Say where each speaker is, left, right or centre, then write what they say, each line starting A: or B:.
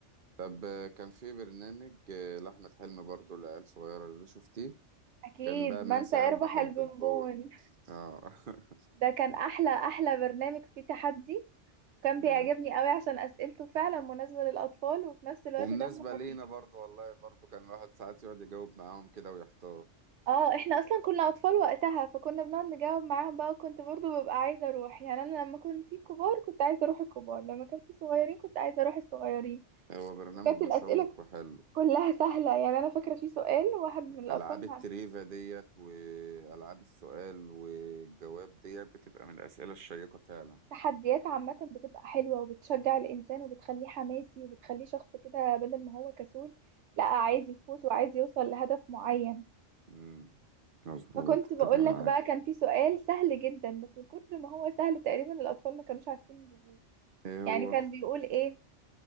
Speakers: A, on the right; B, on the right.
A: طب آه، كان في برنامج آه، لأحمد حلمي برضو لعيال صغيرة ده شفتيه
B: اكيد
A: كان بقى
B: من
A: من سيربح
B: سيربح
A: البلبون
B: البونبون
A: اه <laughs>
B: ده كان احلى احلى برنامج فيه تحدي وكان
A: امم
B: بيعجبني قوي عشان اسئلته فعلا مناسبة للاطفال وفي نفس الوقت
A: ومناسبة
B: دمه خفيف
A: لينا برضو والله برضو كان الواحد ساعات يقعد يجاوب معاهم كده ويحتار
B: اه احنا اصلا كنا اطفال وقتها فكنا بنقعد نجاوب معاهم بقى وكنت برضو ببقى عايزة اروح يعني انا لما كنت في كبار كنت عايزة اروح الكبار لما كان في صغيرين كنت عايزة اروح الصغيرين
A: هو برنامج
B: وكانت
A: مشوق
B: الأسئلة
A: وحلو
B: كلها سهلة يعني أنا فاكرة في سؤال واحد من الأطفال
A: ألعاب التريفا
B: مع
A: ديت وألعاب السؤال والجواب ديت بتبقى من الأسئلة الشيقة فعلا
B: التحديات عامة بتبقى حلوة وبتشجع الإنسان وبتخليه حماسي وبتخليه شخص كده بدل ما هو كسول لا عايز
A: اه
B: يفوز وعايز يوصل لهدف معين
A: امم مظبوط
B: فكنت
A: اتفق
B: بقولك
A: معاك
B: بقى كان في سؤال سهل جدا بس من كتر ما هو سهل تقريبا الأطفال ما كانوش عارفين يجيبوه
A: ايه
B: يعني
A: هو
B: كان بيقول إيه